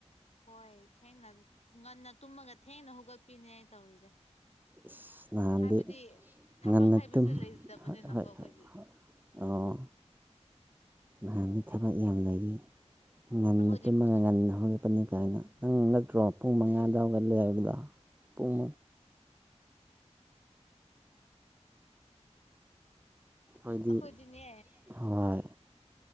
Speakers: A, on the left (about 65°); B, on the right (about 15°).
A: ꯍꯣꯏ ꯊꯦꯡꯅ ꯉꯟꯅ ꯇꯨꯝꯃꯒ ꯊꯦꯡꯅ ꯍꯧꯒꯠꯄꯤꯅꯦ ꯑꯩꯅ ꯇꯧꯔꯤꯁꯦ
B: ꯏꯁ ꯅꯍꯥꯟꯗꯤ
A: ꯍꯥꯏꯕꯗꯤ ꯊꯕꯛ
B: ꯉꯟꯅ
A: ꯍꯥꯏꯕꯁꯦ
B: ꯇꯨꯝ
A: ꯂꯩꯖꯗꯕꯅꯤꯅꯀꯣ
B: ꯍꯣꯏ ꯍꯣꯏ
A: ꯑꯩꯈꯣꯏꯗꯤ
B: ꯍꯣꯏꯣꯏ ꯑꯣ ꯅꯍꯥꯟꯗꯤ ꯊꯕꯛ ꯌꯥꯝ ꯂꯩ ꯉꯟꯅ
A: ꯑꯩꯈꯣꯏꯗꯤ
B: ꯇꯨꯝꯃꯒ ꯉꯟꯅ ꯍꯧꯒꯠꯄꯅꯤ ꯀꯥꯏꯅ ꯅꯪ ꯅꯠꯇ꯭ꯔꯣ ꯄꯨꯡ ꯃꯉꯥꯗ ꯍꯩꯒꯠꯂ‌ꯦ ꯍꯥꯏꯕꯗ‌ꯣ ꯄꯨꯡ ꯑꯩꯈ‌ꯦꯏꯗꯤ
A: ꯑꯩꯈꯣꯏꯗꯤꯅꯦ
B: ꯍꯣꯏ